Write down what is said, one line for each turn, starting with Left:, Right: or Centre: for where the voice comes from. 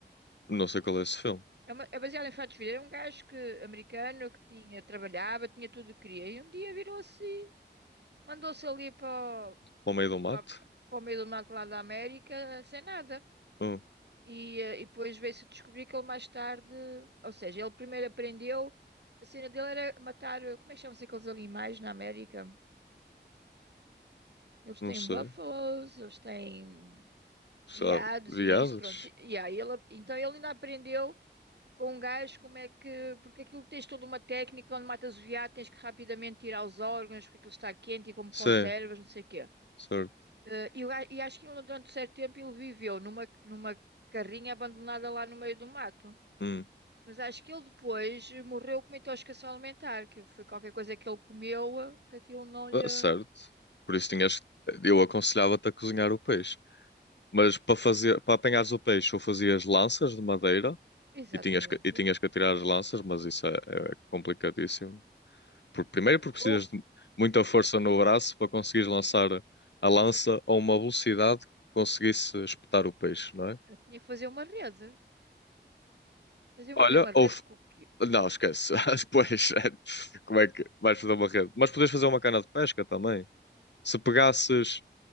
Left: não sei qual é esse filme.
Right: É, uma- é baseado em fatos verídicos. Era um gajo que, americano que tinha, trabalhava, tinha tudo o que queria. E um dia virou-se, mandou-se ali para, o-
Left: Para o meio do mato?
Right: lá, para o meio do mato lá da América, sem nada.
Left: Hum,
Right: E, eh, e depois veio-se descobrir que ele mais tarde, ou seja, ele primeiro aprendeu, a cena dele era matar, eh, como é que chamam-se aqueles animais na América? Eles
Left: não
Right: têm
Left: sei.
Right: búfalos, eles têm
Left: Sabe?
Right: veados
Left: Viadas?
Right: e isso, pronto. E, e aí ele, então ele ainda aprendeu. com gás, como é que. Porque aquilo tens toda uma técnica onde matas o veado, tens que rapidamente tirar os órgãos, porque aquilo está quente e como
Left: Sim,
Right: conservas, não sei o quê.
Left: certo.
Right: Eh, e, o ga- e acho que ele, durante um certo tempo ele viveu numa, numa carrinha abandonada lá no meio do mato.
Left: Hum,
Right: Mas acho que ele depois morreu com uma intoxicação alimentar, que foi qualquer coisa que ele comeu, eh, que aquilo não lhe.
Left: ah, certo. Por isso tinhas. Eu aconselhava-te a cozinhar o peixe. Mas para fazer, para apanhares o peixe, ou fazias lanças de madeira
Right: Exatamente.
Left: e tinhas que, e tinhas que atirar as lanças, mas isso é, é complicadíssimo. Por, primeiro, porque precisas
Right: Ou
Left: de muita força no braço para conseguires lançar a lança a uma velocidade que conseguisse espetar o peixe, não é?
Right: eu tinha que fazer uma rede. Fazia
Left: Olha,
Right: fazer uma rede
Left: ou,
Right: com o quê?
Left: Não, esquece. <laughs> Depois, <laughs> como é que vais fazer uma rede? Mas podes fazer uma cana de pesca também. Se pegasses